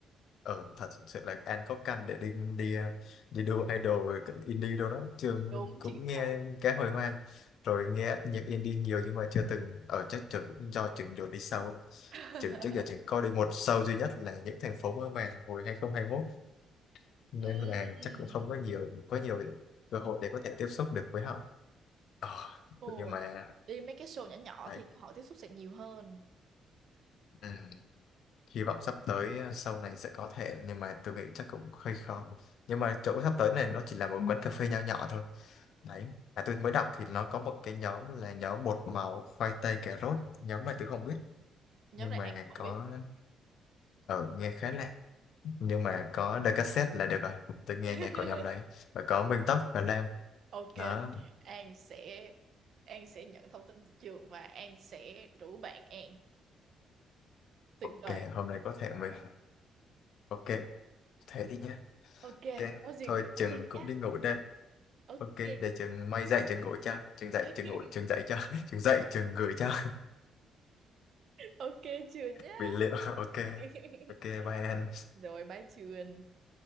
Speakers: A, on the left (about 70°); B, on the right (about 60°).
A: ở thật sự là An có căn để đi đi ờ, đi đua idol cận indie đâu đó trường
B: đúng
A: cũng
B: chính xác
A: nghe cái hồi hoang rồi nghe nhạc indie nhiều nhưng mà chưa từng ở chắc trường cũng do trường đường đi sau ấy.
B: <laughs>
A: trường trước giờ trường có đi một show duy nhất là những thành phố mơ màng hồi 2021 nên
B: Ừm.
A: là chắc cũng không có nhiều có nhiều cơ hội để có thể tiếp xúc được với họ Ờ,
B: ồ
A: nhưng mà
B: đi mấy cái show nhỏ nhỏ
A: đấy,
B: thì cơ hội tiếp xúc sẽ nhiều hơn
A: ừ. hy vọng sắp tới uh, sau này sẽ có thể nhưng mà tôi nghĩ chắc cũng hơi khó nhưng mà chỗ sắp tới này nó chỉ là một quán cà phê nho nhỏ thôi đấy mà tôi mới đọc thì nó có một cái nhóm là nhóm bột màu khoai tây cà rốt nhóm này tôi không biết
B: nhóm
A: nhưng
B: này
A: mà
B: An cũng không
A: có
B: biết
A: ở nghe khá lạ nhưng mà có đôi cassette là được rồi tôi nghe
B: <laughs>
A: nhạc của nhóm đấy và có Minh Tóc và Nam
B: Ok,
A: đó
B: An sẽ An sẽ nhận thông tin từ trường và An sẽ rủ bạn An. Tuyệt
A: ok
B: vời.
A: hôm nay có thể mình ok thế đi nhé
B: Ok,
A: ok
B: có gì
A: thôi
B: gửi
A: chừng
B: thông tin
A: cũng
B: nhé.
A: đi ngủ đây
B: Ok.
A: ok để trường may dạy trường ngồi cho trường dạy
B: <laughs>
A: trường ngồi trường dạy cho <laughs> trường dạy trường gửi cho
B: Ok Trường
A: <laughs>
B: nhá.
A: bị liệu ok
B: <laughs>
A: ok bye em
B: Rồi bye Trường.